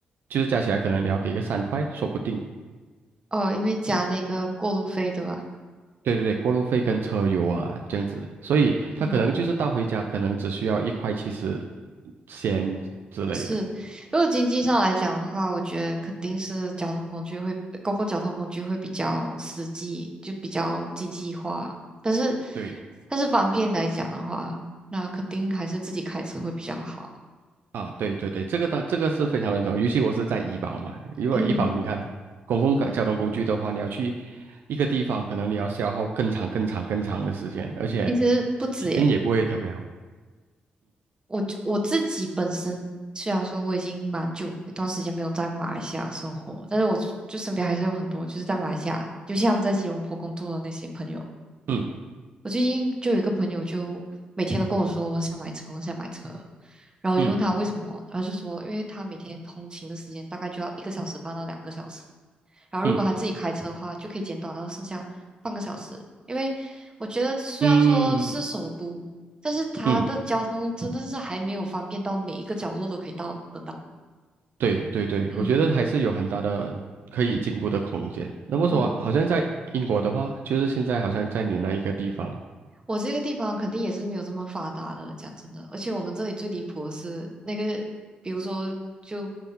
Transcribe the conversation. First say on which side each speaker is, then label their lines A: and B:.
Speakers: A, on the right (about 65°); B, on the right (about 20°).
A: 就是加起来可能你要给个三块，说不定。
B: 哦，因为加那个过路费，对吧？
A: 对对对，过路费跟车油啊，这样子，所以他可能就是到回家，
B: 嗯。
A: 可能只需要一块七十先之类的。
B: 是，如果经济上来讲的话，我觉得肯定是交通工具会，公共交通工具会比较实际，就比较经济化。但是，
A: 对
B: 但是方便来讲的话，那肯定还是自己开车会比较好。
A: 啊，对对对，这个当这个是非常认同，尤其我是在怡保嘛，如果怡保你看公共交交通工具的话，
B: 嗯，
A: 你要去一个地方，可能你要消耗更长、更长、更长的时间，而且
B: 其实不止耶，
A: 体验也不会特别好。
B: 我就我自己本身虽然说我已经蛮久一段时间没有在马来西亚生活，但是我就身边还是有很多就是在马来西亚，尤其他们在吉隆坡工作的那些朋友。
A: 嗯
B: 我最近就有一个朋友，就每天都跟我说我很想买车，我很想买车。然后我就问他为什么，
A: 嗯
B: 然后就说因为他每天通勤的时间大概就要一个小时半到两个小时，然后如果他自己开车的话，
A: 嗯
B: 就可以减短到剩下半个小时。因为我觉得虽然说是首都，
A: 嗯嗯嗯
B: 但是它的交通真的是还没有方便到每一个角落都可以到得到。
A: 嗯，对对对，
B: 嗯
A: 我觉得还是有很大的可以进步的空间。那么说，
B: 嗯。
A: 好像在英国的话，就是现在好像在你那一个地方，
B: 我这个地方肯定也是没有这么发达的，讲真的。而且我们这里最离谱的是那个，比如说就